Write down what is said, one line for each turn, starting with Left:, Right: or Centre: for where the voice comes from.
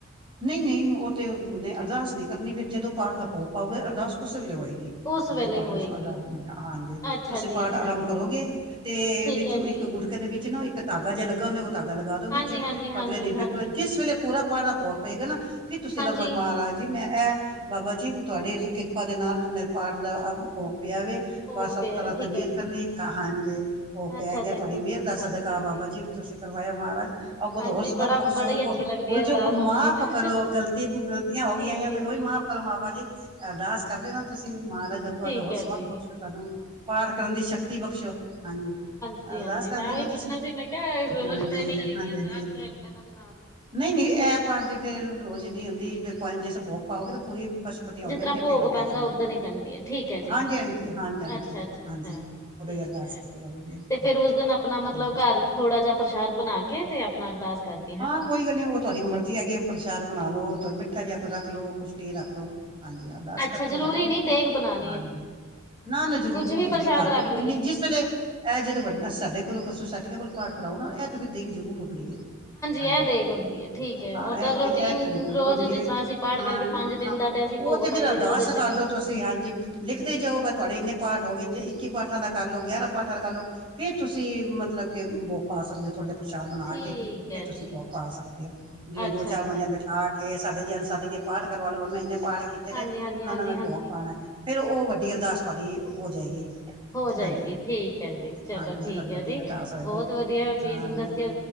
Right: ਨਈ- ਨਈ ਓ ਤੇ ਉਦੇ ਅਰਦਾਸ ਨੀ ਕਰਨੀ, ਫਿਰ ਜਦੋਂ ਪਾਠ ਦਾ ਭੋਗ ਪਾਓਗੇ, ਅਰਦਾਸ ਉਸੇ ਵੇਲੇ ਹੋਏਗੀ।
Left: ਉਸ
Right: ਅੱਧੇ
Left: ਵੇਲੇ
Right: ਪਾਠ
Left: ਹੋਏਗੀ
Right: ਵਿਚ ਪਢ ਹਾਂਜੀ,
Left: ਅੱਛਾ
Right: ਤੂਸੀ
Left: ਜੀ
Right: ਪਾਠ
Left: ਅੱਛਾ
Right: ਆਰੰਭ
Left: ਜੀ
Right: ਕਰੋਗੇ। ਤੇ,
Left: ਠੀਕ
Right: ਵਿਚੋਂ
Left: ਹੈ ਜੀ।
Right: ਇਕ ਗੁਟਕੇ ਦੇ ਵਿਚ ਨਾ ਤੇ ਧਾਗਾ ਜੇ ਲੱਗਾ ਹੂਂਦਾ, ਓ ਧਾਗਾ ਲਗਾ ਦੋ ਵਿਚ,
Left: ਹਾਂਜੀ ਹਾਂਜੀ ਹਾਂਜੀ
Right: ਅਗਲੇ ਦਿਨ
Left: ਹਾਂਜੀ
Right: ਫਿਰ ਪੁਰਾ, ਜਿੱਸ ਵੇਲੇ ਪੂਰਾ ਪਾਠ ਦਾ ਭੋਗ ਪਏਗਾ ਨਾ ਫਿਰ ਤੂਸੀ
Left: ਹਾਂਜੀ
Right: ਏਦਾ ਮਮ ਰਾਜ ਜੀ ਮੈਂ ਏਹ, ਬਾਬਾ ਜੀ ਤੂਆਡੀ ਕਿਰਪਾ ਦੇ ਨਾਲ ਮੇਰੇ ਪਾਠ ਦਾ ਭੋਗ ਪੇਆ ਵੇ
Left: ਭੋਗ
Right: ਬਾ ਸਬ
Left: ਪਿਆ
Right: ਤਰਾਂ ਤੇ
Left: ਠੀਕ
Right: ਮੇਹਰ
Left: ਹੈ ਜੀ।
Right: ਕਰਨੀ, ਕਹਾਂ ਜੀ ਭੋਗ ਪੈ
Left: ਅੱਛਾ ਜੀ
Right: ਗੇਆ
Left: ਅੱਛਾ
Right: ਤੂਆਡੀ
Left: ਜੀ
Right: ਮੇਹਰ ਦਾ
Left: ਹਾਂਜੀ
Right: ਸਦਕਾ
Left: ਹਾਂਜੀ।
Right: ਬਾਬਾ ਜੀ ਤੂਸੀ ਕਰਵਾਇਆ ਮਹਾਰਾਜ ਅਗਤੋਂ
Left: ਹਾਂਜੀ
Right: ਹੋਰ ਸਮਤ
Left: ਬੜਾ
Right: ਬਖਸ਼ੋ
Left: ਬੜੀ ਅੱਛੀ
Right: ਭੁਲ-
Left: ਲੱਗਦੀ ਹੈ ਅਰਦਾਸ
Right: ਚੁਕ
Left: ਉਹਨਾਂ
Right: ਮਾਫ
Left: ਦੀ ਨਾ।
Right: ਗਲਤੀ ਗ਼ਲਤੀਆਂ ਹੋ
Left: ਜੀ
Right: ਗਈ
Left: ਜੀ
Right: ਕੋਈ
Left: ਜੀ
Right: ਓਹੀ
Left: ਜੀ
Right: ਮਾਫ਼ ਕਰੋ ਬਾਬਾ ਜੀ ਅਰਦਾਸ ਕਰਦੇ ਨਾ ਤੁਸੀਂ ਮਹਾਰਾਜ ਅਗੋਂ
Left: ਠੀਕ
Right: ਤੇ ਹੋਰ
Left: ਹੈ
Right: ਸਮਤ
Left: ਜੀ।
Right: ਬਖਸ਼ੋ ਸਾਨੂੰ, ਪਾਠ ਕਰਨ ਦੀ ਸ਼ਕਤੀ ਬਖਸ਼ੋ, ਹਾਂਜੀ।
Left: ਹਾਂਜੀ
Right: ਅਰਦਾਸ
Left: -ਹਾਂਜੀ,
Right: ਕਰ
Left: ਮੈਂ
Right: ਦੇਣਾ
Left: ਉਹੀ
Right: ਤੁਸੀਂ
Left: ਪੁੱਛਣਾ ਸੀ ਮੈਂ ਕਿਹਾ ਰੋਜ਼
Right: ਹਾਂਜੀ
Left: ਤੇ ਨਈ ਕਰੀ
Right: ਹਾਂਜੀ
Left: ਦੀ ਅਰਦਾਸ
Right: ਹਾਂਜੀ
Left: ਇਹਨਾਂ ਦੇ ਨਾਲ
Right: ਨਹੀਂ -ਨਹੀਂ, ਇਹ ਪਾਠ ਦੀ ਫੇਰ ਰੋਜ਼ ਨਹੀਂ ਹੁੰਂਦੀ ਜੇ ਭੋਗ ਪਾਓਗੇ ਤਾਂ ਪੂਰੀ ਪਸ਼ਪਤੀਆਂ ਹੋ
Left: ਜਿੱਦਰ
Right: ਜਾਣਗੀਆਂ
Left: ਭੋਗ
Right: ਫਿਰ ਅਰਦਾਸ
Left: ਪੈਂਦਾ
Right: ਹੁੰਦੀ
Left: ਉਧਣ
Right: ਹੈ
Left: ਹੀ ਪੈਂਦੀ ਹੈ ਠੀਕ ਹੈ ਜੀ,
Right: ਹਾਂਜੀ ਹਾਂਜੀ ਹਾਂਜੀ ਹਾਂਜੀ
Left: ਅੱਛਾ- ਅੱਛਾ- ਅੱਛਾ
Right: ਹਾਂਜੀ ਉਦੋਂ
Left: ਠੀਕ
Right: ਹੀ ਅਰਦਾਸ
Left: ਹੈ,
Right: ਕੀਤੀ ਜਾਂਦੀ ਹੈ
Left: ਤੇ ਫੇਰ
Right: ਹਾਂ
Left: ਉਸ ਦਿਨ ਆਪਣਾ ਮਤਲਬ
Right: ਹਾਂ
Left: ਘਰ ਥੋੜਾ ਜਿਹਾ ਪ੍ਰਸ਼ਾਦ ਬਣਾ ਕੇ ਤੇ ਆਪਣਾ ਅਰਦਾਸ ਕਰਕੇ
Right: ਹਾਂ, ਕੋਈ ਗੱਲ ਨੀ ਉਹ ਤੁਹਾਡੀ ਮਰਜ਼ੀ ਹੈਗੀ ਪ੍ਰਸ਼ਾਦ ਬਣਾ ਲਓ ਮਿੱਠਾ ਜਿਹਾ ਕੁਝ ਰੱਖ ਲੋ ਕੁਛ ਵੀ ਰੱਖ ਲੋ ਹਾਂਜੀ, ਅਰਦਾਸ
Left: ਅੱਛਾ
Right: ਕਰਕੇ
Left: ਜਰੂਰੀ
Right: ਵੱਢ ਦੋ,
Left: ਨੀ ਦੇਗ ਬਣਾਉਣੀ
Right: ਹਾਂਜੀ।
Left: ਹੈ
Right: ਨਾ -ਨਾ, ਜ਼ਰੂਰੀ
Left: ਕੁਛ ਵੀ
Right: ਨੀ ਹੈਗੀ
Left: ਪ੍ਰਸ਼ਾਦ
Right: ਘਰ ਦੇ
Left: ਰੱਖ
Right: ਵਿੱਚ
Left: ਲਈਏ।
Right: ਜਿਸ ਵੇਲੇ ਏ ਜੇਦੇ ਵਡਾ ਨਾ ਸਾਡੇ ਕੋਲੋਂ ਸੋਸਾਇਟੀਆਂ ਕੋਲ ਪਾਠ ਕਰਾਓ ਨਾ, ਏ ਤੇ ਫੇਰ ਦੇਗ ਜਰੂਰ ਹੋਂਦੀ ਏ। ਹਾਂਜੀ,
Left: ਇਹ ਦੇਗ ਹੁੰਦੀ ਹੈ ਠੀਕ ਹੈ
Right: ਹਾਂ
Left: ਓਦਾ
Right: ਏ
Left: ਰੂਟੀਨ
Right: ਤੇ ਏ ਤੇਰੀ ਜਰੂਰ
Left: ਰੋਜ਼
Right: ਹੋਦੀ
Left: ਜਿਸ
Right: ਐ
Left: ਤਰ੍ਹਾਂ ਅਸੀਂ ਪਾਠ
Right: ਹਾਂ,
Left: ਕਰਕੇ ਪੰਜ ਦਿਨ
Right: ਹਾਂ।
Left: ਦਾ ਅਸੀਂ
Right: ਓ
Left: ਭੋਗ
Right: ਤੇ
Left: ਪਾਈਏ
Right: ਫੇਰ ਅਰਦਾਸ
Left: ਉਹਦੇ ਚ
Right: ਕਰ
Left: ਨੀ
Right: ਰੋ ਤੁਸ ਤੇ ਹਾਂਜੀ, ਲਿਖਦੇ ਜਾਓ ਵ ਥੁਆਡੇ ਇਨੇ ਪਾਠ ਹੋ ਗਏ ਜੇ, ਇਕੀ ਪਾਠਾਂ ਦਾ ਕਰ ਲਓ, ਗੇਆਰਾਂ ਪਾਠਾਂ ਦਾ ਕਰ ਲਓ ਤੇ ਕੀ ਤੁਸੀ ਮਤਲਬ ਕੇ ਉਬੋ ਪਾ ਸਕਦੇ ਓ ਥੋੜ ਜੇਆ ਪ੍ਰਸ਼ਾਦ ਬਨਾ
Left: ਠੀਕ
Right: ਕੇ, ਫੇਰ
Left: ਹੈ ਜੀ।
Right: ਤੁਸੀ ਪਾ ਸਕਦੇ ਓ, ਜੇ
Left: ਅੱਛਾ
Right: ਦੋ ਚਾਰ
Left: ਅੱਛਾ
Right: ਬੰਦੇਆਂ
Left: ਜੀ
Right: ਨੂੰ ਬਿਠਾ ਕੇ ਸਾਡੇ ਜੇਲ ਸੱਦ ਕੇ ਪਾਠ ਕਰਵਾ ਲੋ, ਮੈਂ ਇਨੇ ਪਾਠ ਕੀਤੇ
Left: ਹਾਂਜੀ
Right: ਜੇ,
Left: ਹਾਂਜੀ
Right: ਓਨਾਂ
Left: ਹਾਂਜੀ
Right: ਦਾ ਮੈਂ
Left: ਹਾਂਜੀ
Right: ਭੋਗ ਪਾਣੈ। ਫੇਰ ਓ ਵੱਡੀ ਅਰਦਾਸ ਤੂਆਡੀ, ਹੋ ਜਾਏਗੀ।
Left: ਹੋ ਜਾਏਗੀ,
Right: ਹਾਂਜੀ
Left: ਠੀਕ ਐ ਜੀ, ਚਲੋ
Right: ਹਾਂਜੀ ਉਹ
Left: ਠੀਕ
Right: ਫਿਰ ਤੁਹਾਡੀ ਵੱਡੀ
Left: ਐ ਜੀ,
Right: ਅਰਦਾਸ ਹੋਏਗੀ
Left: ਬੋਤ ਵਦੀਆ ਚੀਜ਼
Right: ਹਾਂਜੀ
Left: ਦੱਸੀ ਐ